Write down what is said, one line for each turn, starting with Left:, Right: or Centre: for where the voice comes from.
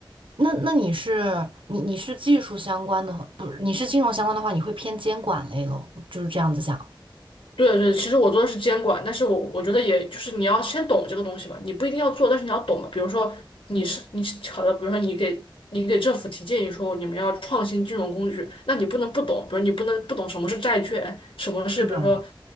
Right: 那那你是你你是技术相关的话，不是你是金融相关的话，你会偏监管类咯，就是这样子讲。
Left: 对对，其实我做的是监管，但是我我觉得也就是你要先懂这个东西吧，你不一定要做，但是你要懂嘛。比如说你是你好的，比如说你给你给政府提建议说你们要创新金融工具，那你不能不懂，比如你不能不懂什么是债券，什么是比如说
Right: 是的，